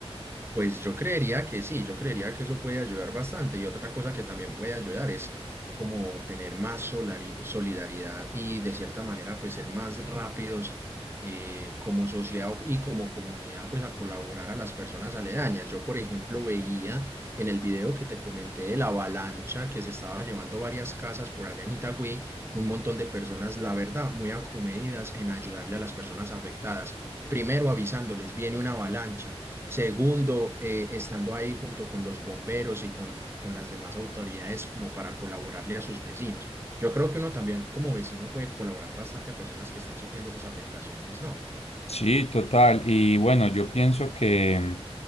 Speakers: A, on the right; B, on the left.
A: Pues yo creería que sí, yo creería que eso puede ayudar bastante. Y otra cosa que también puede ayudar es como tener más solari- solidaridad y de cierta manera pues ser más rápidos eh, como sociedad o- y como comunidad pues a colaborar a las personas aledañas. Yo por ejemplo veía en el video que te comenté de la avalancha que se estaba llevando varias casas por allá en Itagüí, un montón de personas, la verdad, muy acomedidas en ayudarle a las personas afectadas. Primero avisándoles, viene una avalancha Segundo, eh, estando ahí junto con los bomberos y con, con las demás autoridades como para colaborarle a sus vecinos. Yo creo que uno también como vecino puede colaborar bastante a personas que estén sufriendo esas afectaciones, ¿no?
B: Sí, total. Y bueno, yo pienso que,